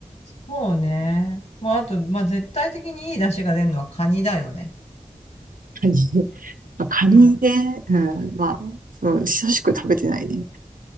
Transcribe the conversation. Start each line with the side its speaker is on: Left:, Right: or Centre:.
Left: そうね。まあ、あと、まあ、絶対的にいい出汁が出るのはカニだよね。
Right: カニ、まあ、カニね、
Left: うん
Right: うん、まあ、そう久しく食べてないね。